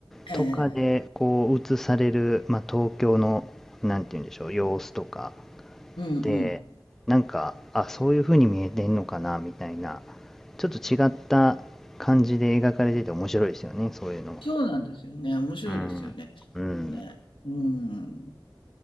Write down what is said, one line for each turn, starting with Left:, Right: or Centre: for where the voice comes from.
Left: ええ、
Centre: とかでこう映される、
Left: ええ
Centre: まあ、東京の、なんて言うんでしょう、様子とか
Left: うんうん。
Centre: で、なんか、あ、そういう風に見えてんのかなみたいな、ちょっと違った感じで描かれてて面白いですよね、そういうの
Left: そうなんですよね。面白いですよね。
Centre: は。うん。うん。
Left: ね。うん。